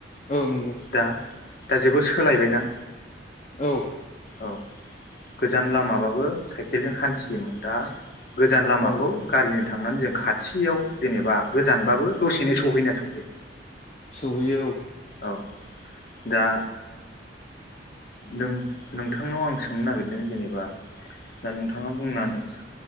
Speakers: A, on the left; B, on the left.
A: औ नंगौ
B: दा दा जोबोर सोलायबायना
A: औ
B: औ गोजान लामाबाबो साइकेलजों हान्थियोमोन दा गोजान लामाखौ
A: औ
B: गारिजों थांनानै जों खाथियाव जेनेबा गोजानबाबो दसेनो सहैयोना सहैया
A: सौहैयो औ
B: औ दा नों नोंथांनाव आं सोंनो नागिरदों जेनेबा दा नोंथाङा बुंनानै